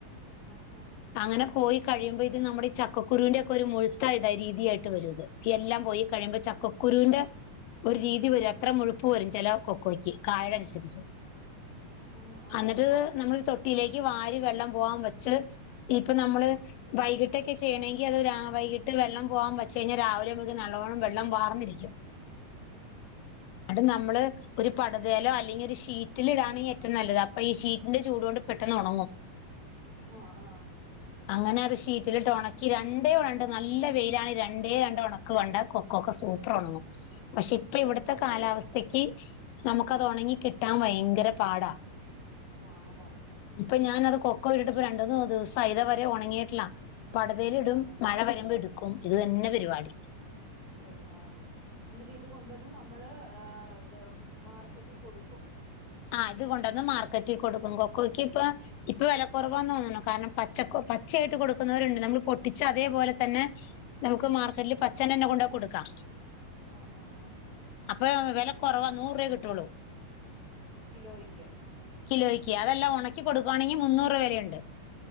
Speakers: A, on the right (about 25°); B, on the left (about 85°).
A: ആഹ് ഹാ
B: അങ്ങനെ പോയി കഴിയുമ്പോ ഇത് നമ്മുടെ ഈ ചക്കുരുവിന്റെയൊക്കെ ഒരു മുഴുത്ത ഇതായ രീതിയായിട്ടരുത് എല്ലാം പോയി കഴിയുമ്പോ ചക്കക്കുരു കുരുവിന്റെ ഒരു രീതി വരും അത്ര മുഴുപ്പ് വരും ചില കൊക്കോയ്ക്ക് കായടെ അനുസരിച്ച്
A: ആ ആ ആ ആ
B: എന്നിട്ട് നമ്മളെ തൊട്ടിയിലേക്ക് വാരി വെള്ളം പോവാൻ വച്ച് ഇനിപ്പ നമ്മള്
A: ആ
B: വൈകിട്ട് ഇട്ടൊക്കെ ചെയ്യണെങ്കിൽ അത് ഒരു വൈകിട്ട് വെള്ളം പോകാൻ വെച്ചു കഴിഞ്ഞാൽ രാവിലെ നമുക്ക് നല്ലോണം വെള്ളം വാർന്നിരിക്കും അത് നമ്മള് ഒരു പടതയിലായി ല്ലെങ്കിരു ഷീറ്റിൽ ഇടാണെ ഏറ്റോം നല്ലത് അപ്പ ഈ ഷീറ്റിന്റെ ചൂടൊണ്ട് പെട്ടെന്നൊണങ്ങും
A: ആഹ് ആഹ്
B: അങ്ങനെ അത് ഷീറ്റിലിട്ട് ഒണക്കി രണ്ടേ രണ്ട് നല്ല വെയിലാണ് രണ്ടേ രണ്ട് ഒണക്ക് കൊണ്ട് കൊക്കൊക്ക സൂപ്റൊണങ്ങും പക്ഷെ ഇപ്പ
A: സൂപ്പറാണ്
B: ഇവിടുത്തെ കാലാവസ്ഥക്ക് നമുക്ക് അത് ഒണങ്ങി കിട്ടാൻ ഭയങ്കര പാടാ
A: പാടാ
B: അപ്പൊ ഞാനത് കൊക്ക ഇട്ടിട്ട് ഇപ്പ രണ്ട് മൂന്ന് ദിവസം ആയി ഇതവരെ ഉണങ്ങിയിട്ടില്ല പടതയിലിടും
A: ഒണങ്ങി
B: മഴ വരുമ്പോ എടുക്കും ഇത് തന്നെ പരിപാടി
A: പരിപാടി എന്നിട്ട് ഇത് കൊണ്ടന്ന് നമ്മള് ആ എന്ത മാർക്കറ്റിൽ കൊടുക്കും
B: ആ ഇത് കൊണ്ടന്ന് മാർക്കറ്റിൽ കൊടുക്കും കൊക്കോയ്ക്ക് ഇപ്പൊ ഇപ്പൊ വില കുറവാന്ന് തോന്നണ കാരണം പച്ചക്കോ പച്ച പച്ചയായിട്ട് കൊടുക്കുന്നവരുണ്ട് നമ്മൾ പൊട്ടിച്ച അതേപോലെ തന്നെ നമുക്ക് മാർക്കറ്റിൽ പച്ചനന്ന കൊണ്ടോയി കൊടുക്കാം
A: ആഹ ആഹ ആഹ
B: അപ്പൊ വില കുറവാ നൂറ് രൂപയേ കിട്ടുവുള്ളൂ
A: ഓ കിലോക്ക്
B: കിലോയ്ക്ക് അതെല്ലാം ഉണക്കി കൊടുക്കുവാണെങ്കി മുന്നൂറ് രൂപ വരെയുണ്ട്